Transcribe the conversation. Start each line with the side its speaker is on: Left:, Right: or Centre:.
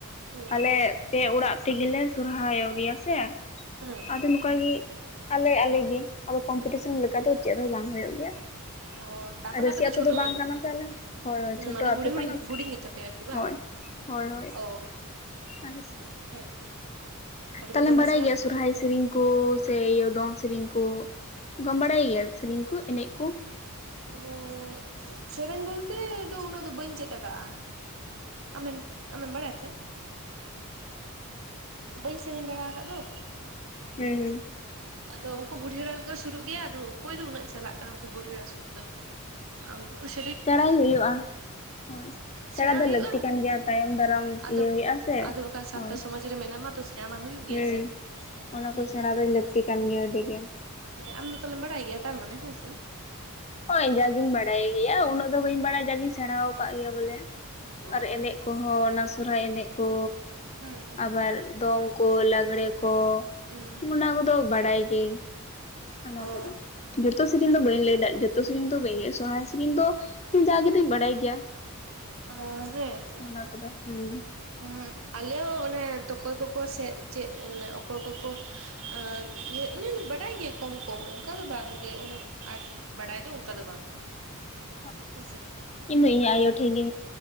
Right: ᱦᱩᱸ
Left: ᱟᱞᱮ ᱯᱮ ᱚᱲᱟᱜ ᱛᱮᱜᱮ ᱥᱚᱨᱦᱟᱭᱚᱜ ᱜᱮᱭᱟ ᱥᱮ
Right: ᱦᱩᱸ
Left: ᱟᱫᱚ ᱚᱱᱠᱟᱜᱮ ᱟᱞᱮ ᱟᱞᱮ ᱜᱮ ᱟᱫᱚ ᱠᱚᱢᱯᱤᱴᱤᱥᱚᱱ ᱞᱮᱠᱟ ᱫᱚ ᱪᱮᱫ ᱦᱚᱸ ᱵᱟᱝ ᱦᱩᱭᱩᱜ ᱜᱮᱭᱟ᱾
Right: ᱚ ᱛᱟᱨᱢᱟᱱᱮ
Left: ᱨᱟᱹᱥᱤ
Right: ᱟᱯᱮ
Left: ᱟᱹᱛᱳ
Right: ᱪᱷᱳᱴᱳ
Left: ᱫᱚ ᱵᱟᱝ ᱠᱟᱱᱟ ᱥᱮ ᱟᱞᱮ ᱦᱳᱭ ᱦᱳᱭ ᱪᱷᱳᱴᱳ
Right: ᱢᱟᱱᱮ
Left: ᱟᱛᱳ
Right: ᱦᱩᱰᱤᱧ ᱦᱩᱰᱤᱧ
Left: ᱠᱟᱱᱟ ᱥᱮ
Right: ᱦᱩᱰᱤᱧ ᱜᱮᱛᱟᱯᱮᱭᱟ ᱟᱨᱠᱤ ᱵᱟᱝ
Left: ᱦᱳᱭ᱾ ᱦᱳᱭ ᱦᱳᱭ
Right: ᱚ
Left: <unintelligible>
Right: ᱦᱮᱸ ᱟᱞᱮ
Left: ᱛᱟᱦᱮᱞᱮᱢ
Right: ᱫᱚ ᱫᱚᱢᱮ
Left: ᱵᱟᱲᱟᱭ
Right: ᱥᱮᱬᱟ
Left: ᱜᱮᱭᱟ ᱥᱚᱨᱦᱟᱭ
Right: ᱦᱮᱸ
Left: ᱥᱮᱨᱮᱧ? ᱠᱩ ᱥᱮ ᱤᱭᱟᱹ ᱫᱚᱝ ᱥᱮᱨᱮᱧ ᱠᱚ ᱚᱱᱠᱟᱢ ᱵᱟᱲᱟᱭ ᱜᱮᱭᱟ ᱥᱮᱨᱮᱧ ᱠᱚ ᱮᱱᱮᱡ ᱠᱩ?
Right: ᱦᱩᱸ ᱥᱮᱨᱮᱧ ᱵᱚᱞᱛᱮ ᱫᱚ ᱩᱱᱟᱹᱜ ᱫᱚ ᱵᱟᱹᱧ ᱪᱮᱫ ᱟᱠᱟᱫᱼᱟ᱾ ᱟᱢᱮᱢ ᱟᱢᱮᱢ ᱵᱟᱲᱟᱭ ᱛᱮ? ᱵᱟᱹᱧ ᱥᱮᱨᱮᱧ ᱵᱟᱲᱟ ᱠᱟᱫ ᱫᱚ?
Left: ᱦᱩᱸ ᱦᱩᱸ
Right: ᱟᱫᱚ ᱩᱝᱠᱩ ᱵᱩᱰᱷᱤ ᱮᱨᱟ ᱠᱚᱠᱚ ᱥᱩᱨᱩᱜ ᱜᱮᱭᱟ ᱟᱫᱚ ᱚᱠᱚᱭ ᱫᱚ ᱩᱱᱟᱹᱜ ᱪᱟᱞᱟᱜ ᱠᱟᱱᱟ ᱩᱱᱠᱩ ᱵᱩᱰᱦᱷᱤ ᱮᱨᱟ ᱥᱟᱛᱮ ᱫᱚ᱾ ᱟ ᱩᱱᱠᱩ ᱠᱩᱥᱤ
Left: ᱥᱮᱲᱟᱭ ᱦᱳᱭᱳᱜᱼᱟ ᱦᱳᱭ ᱥᱮᱲᱟ
Right: ᱥᱮᱬᱟ
Left: ᱫᱚ
Right: ᱦᱩᱭᱩᱜᱼᱟ
Left: ᱞᱟᱹᱠᱛᱤ ᱠᱟᱱ ᱜᱮᱭᱟ ᱛᱟᱭᱚᱢ ᱫᱟᱨᱟᱢ
Right: ᱟᱫᱚ
Left: ᱤᱭᱟᱹ ᱦᱩᱭᱩᱜᱼᱟ ᱥᱮ
Right: ᱟᱫᱚ ᱵᱟᱠᱷᱟᱱ ᱥᱟᱱᱛᱟᱲ
Left: ᱦᱳᱭ
Right: ᱥᱚᱢᱟᱡ ᱨᱮ ᱢᱮᱱᱟᱢᱟ ᱛᱚ ᱥᱮᱨᱟ ᱢᱟ ᱦᱳᱭᱳᱜ ᱜᱮᱭᱟ
Left: ᱦᱩᱸ
Right: ᱥᱮ
Left: ᱚᱱᱟ
Right: ᱦᱩᱸ᱾
Left: ᱠᱚ ᱥᱮᱬᱟ ᱫᱚ ᱞᱟᱹᱠᱛᱤ ᱠᱟᱱ ᱜᱮᱭᱟ ᱟᱹᱰᱤ ᱜᱮ
Right: ᱛᱟᱦᱞᱮ ᱟᱢ ᱫᱚ ᱛᱟᱦᱞᱮᱢ ᱵᱟᱲᱟᱭ ᱜᱮᱭᱟ ᱛᱟᱨᱢᱟᱱᱮ ᱦᱮᱸ ᱥᱮ?
Left: ᱦᱳᱭ ᱡᱟᱜᱮᱧ ᱵᱟᱰᱟᱭ ᱜᱮᱭᱟ ᱩᱱᱟᱹᱜ ᱫᱚ ᱵᱟᱹᱧ ᱵᱟᱲᱟᱭ ᱜᱮᱭᱟ ᱡᱟᱜᱤᱧ ᱥᱮᱲᱟᱣ ᱠᱟᱜ ᱜᱮᱭᱟ ᱵᱚᱞᱮ
Right: ᱚ
Left: ᱟᱨ ᱮᱱᱮᱜ
Right: ᱦᱮᱸᱛᱚ
Left: ᱠᱚᱦᱚᱸ ᱚᱱᱟ ᱥᱚᱨᱦᱟᱭ ᱮᱱᱮᱜ ᱠᱚ
Right: ᱦᱩᱸ ᱦᱩᱸ
Left: ᱟᱵᱟᱨ ᱫᱚᱝ ᱠᱚ ᱞᱟᱸᱜᱽᱲᱮ ᱠᱚ
Right: ᱦᱩᱸ
Left: ᱚᱱᱟ ᱠᱚᱫᱚ ᱵᱟᱲᱟᱭ ᱜᱮ ᱚᱱᱟ
Right: ᱚ
Left: ᱠᱚᱫᱚ ᱡᱚᱛᱚ ᱥᱤᱨᱤᱧ ᱫᱚ ᱵᱟᱹᱧ ᱞᱟᱹᱭ ᱫᱚ ᱡᱛᱚ ᱥᱤᱨᱤᱧ ᱫᱚ ᱵᱟᱹᱧ ᱞᱟᱹᱭ ᱮᱜᱼᱟ ᱥᱚᱨᱦᱟᱭ ᱥᱤᱨᱤᱧ ᱫᱚᱧ ᱡᱟᱜᱮ ᱞᱤᱧ ᱵᱟᱰᱟᱭ ᱜᱮᱭᱟ
Right: ᱚ ᱦᱮᱸ ᱛᱚ
Left: ᱚᱱᱟ ᱠᱚᱫᱚ ᱦᱮᱸ᱾
Right: ᱦᱩᱸ ᱟᱞᱮ ᱦᱚᱸ ᱚᱱᱮ ᱛᱠᱚᱭ ᱠᱚᱠᱚ ᱥᱮ ᱪᱮᱫ ᱢᱟᱱᱮ ᱚᱠᱚᱭ ᱠᱚᱠᱚ ᱮ ᱤᱭᱟᱹ ᱤᱧᱤᱧ ᱵᱟᱰᱟᱭ ᱜᱮᱭᱟ ᱠᱚᱢ ᱠᱚᱢ ᱚᱝᱠᱟ ᱫᱚ ᱵᱟᱝ ᱜᱮ ᱩᱱᱟᱹᱜ ᱟᱸᱴ ᱵᱟᱰᱟᱭ ᱫᱚ ᱚᱝᱠᱟ ᱫᱚ ᱵᱟᱝ᱾
Left: <inaudible>
Right: ᱦᱮᱸᱥᱮ
Left: ᱤᱧᱫᱚ ᱤᱧ ᱟᱭᱳ ᱴᱷᱮᱱ ᱜᱮ